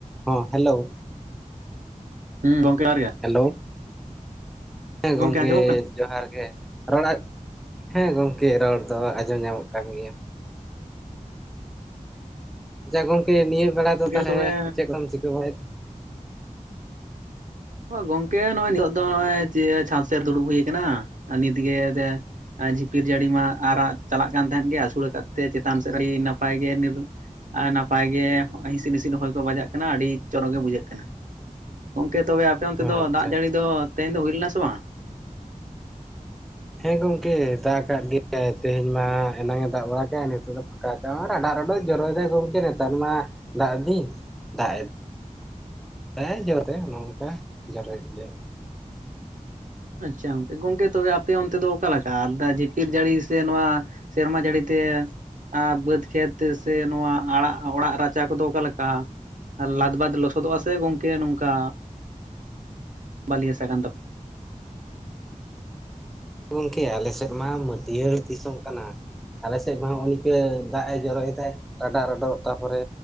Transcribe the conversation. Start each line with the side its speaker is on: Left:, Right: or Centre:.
Centre: ᱦᱚᱸ ᱦᱮᱞᱳ
Right: ᱦᱩ ᱜᱚᱝᱠᱮ ᱠᱟᱨᱤᱭᱟ
Centre: ᱦᱮᱞᱳ ᱦᱮᱸ ᱜᱚᱝᱠᱮ
Right: ᱟᱸᱡᱚᱢᱚᱜ ᱠᱟᱱᱟ
Centre: ᱡᱚᱦᱟᱸᱨ ᱜᱮ ᱨᱚᱲᱟᱜ ᱦᱮᱸ ᱜᱚᱝᱠᱮ ᱨᱚᱲ ᱫᱚ ᱟᱸᱡᱚᱢ ᱧᱟᱢᱚᱜ ᱠᱟᱱ ᱜᱮᱭᱟ ᱡᱟ ᱜᱚᱝᱠᱮ ᱱᱤᱭᱟᱹ ᱵᱮᱲᱟ ᱟᱫᱚ
Right: ᱜᱚᱝᱠᱮ
Centre: ᱛᱟᱦᱚᱞᱮ
Right: ᱛᱚᱵᱮ
Centre: ᱪᱮᱫ ᱠᱚᱢ ᱪᱤᱠᱟᱹ ᱵᱟᱲᱟᱭᱟ
Right: ᱜᱚᱝᱠᱮ ᱱᱚᱜᱚᱭ ᱱᱤᱛᱳᱜ ᱫᱚ ᱱᱚᱜᱼᱚᱭ ᱡᱮ ᱪᱷᱟᱸᱫᱽ ᱥᱮ ᱫᱩᱲᱩᱵ ᱦᱩᱭ ᱠᱟᱱᱟ ᱱᱤᱛᱜᱮ ᱡᱷᱤᱯᱤᱨ ᱡᱟᱹᱲᱤ ᱢᱟ ᱟᱨᱟᱜ ᱪᱟᱞᱟᱜ ᱠᱟᱱ ᱛᱟᱦᱮᱸᱫ ᱜᱮ ᱟᱹᱥᱩᱲᱟ ᱟᱠᱟᱫ ᱛᱮ ᱪᱮᱛᱟᱱ ᱥᱮᱫ ᱟᱹᱰᱤ ᱱᱟᱯᱟᱭ ᱜᱮ ᱟᱨ ᱱᱟᱯᱟᱭ ᱜᱮ ᱦᱤᱸᱥᱤᱫ ᱦᱤᱸᱥᱤᱫ ᱦᱚᱭ ᱠᱚ ᱵᱟᱡᱟᱜ ᱠᱟᱱᱟ ᱟᱹᱰᱤ ᱪᱚᱨᱚᱠ ᱜᱮ ᱵᱩᱡᱷᱟᱹᱜ ᱠᱟᱱᱟ ᱜᱚᱝᱠᱮ ᱛᱚᱵᱮ ᱟᱯᱮ ᱚᱱᱛᱮ ᱫᱚ
Centre: ᱟᱪᱪᱷᱟ
Right: ᱫᱟᱜ ᱡᱟᱹᱲᱤ
Centre: ᱟᱪᱪᱷᱟ
Right: ᱫᱚ ᱛᱮᱦᱮᱧ ᱫᱚ ᱦᱩᱭ ᱞᱮᱱᱟ ᱥᱮ ᱵᱟᱝ
Centre: ᱦᱮᱸ ᱜᱚᱝᱠᱮ ᱫᱟᱜ ᱠᱟᱜ ᱜᱮᱭᱟᱭ ᱛᱮᱦᱮᱧ ᱢᱟ ᱮᱱᱟᱝ ᱮ ᱫᱟᱜ ᱵᱟᱲᱟ ᱠᱮᱜᱟ ᱱᱤᱛᱳᱜ ᱫᱚ ᱯᱷᱟ ᱱᱚᱜᱚᱭ ᱨᱟᱰᱟ ᱨᱚᱰᱚ ᱡᱚᱨᱚᱭ ᱮᱫᱟᱭ ᱜᱚᱝᱠᱮ ᱱᱮᱛᱟᱨ ᱢᱟ ᱫᱟᱜ ᱫᱤᱧ ᱫᱟᱜ ᱮᱫ ᱦᱮᱸ ᱡᱚᱨᱛᱮ ᱱᱚᱝᱠᱟ ᱡᱚᱨᱚᱭ ᱜᱮᱭᱟ
Right: ᱟᱪᱪᱷᱟ ᱜᱚᱝᱠᱮ ᱜᱚᱝᱠᱮ ᱛᱚᱵᱮ ᱟᱯᱮ ᱚᱱᱛᱮ ᱫᱚ ᱚᱠᱟ ᱞᱮᱠᱟ ᱟᱨ ᱡᱤᱯᱤᱨ ᱡᱟᱹᱲᱤ ᱥᱮ ᱱᱚᱣᱟ ᱥᱮᱨᱢᱟ ᱡᱟᱹᱲᱤ ᱛᱮ ᱵᱟᱹᱫᱽ ᱠᱷᱮᱛ ᱥᱮ ᱱᱚᱣᱟ ᱟᱲᱟᱜ ᱚᱲᱟᱜ ᱨᱟᱪᱟ ᱠᱚᱫᱚ ᱚᱠᱟ ᱞᱮᱠᱟ ᱞᱟᱫᱵᱟᱫᱽ ᱞᱚᱥᱚᱫᱚᱜᱼᱟ ᱥᱮ ᱜᱚᱝᱠᱮ ᱱᱚᱝᱠᱟ ᱵᱟᱹᱞᱤ ᱦᱟᱥᱟ ᱠᱟᱱ ᱛᱟᱯᱮ
Centre: ᱜᱚᱢᱠᱮ ᱟᱞᱮ ᱥᱮᱫ ᱢᱟ ᱢᱟᱹᱴᱤᱭᱟᱹᱲ ᱫᱤᱥᱚᱢ ᱠᱟᱱᱟ ᱟᱞᱮ ᱥᱮᱜ ᱢᱟ ᱦᱚᱜᱼᱚ ᱱᱤᱝᱠᱟᱹ ᱫᱟᱜ ᱮ ᱡᱚᱨᱚᱭ ᱮᱫᱟᱭ ᱨᱟᱰᱟᱜ ᱨᱟᱰᱚᱜ ᱛᱟᱨᱯᱚᱨᱮ